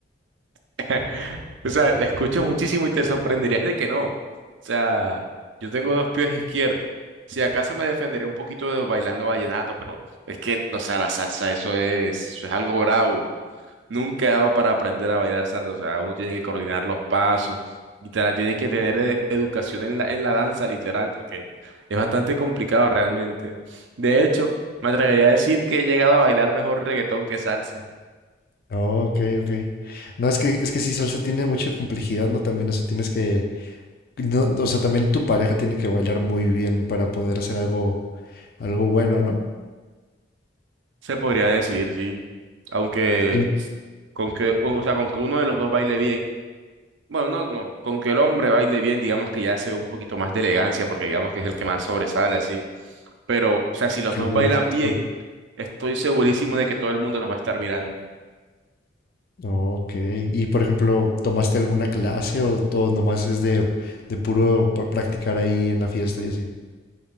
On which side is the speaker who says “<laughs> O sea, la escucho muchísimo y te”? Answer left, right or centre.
Right